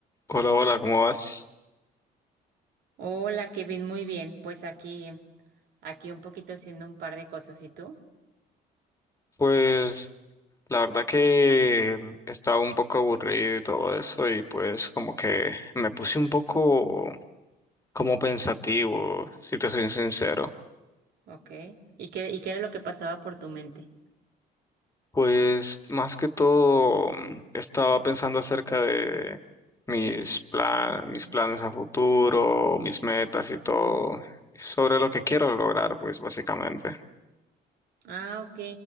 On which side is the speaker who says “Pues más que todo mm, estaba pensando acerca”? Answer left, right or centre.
Left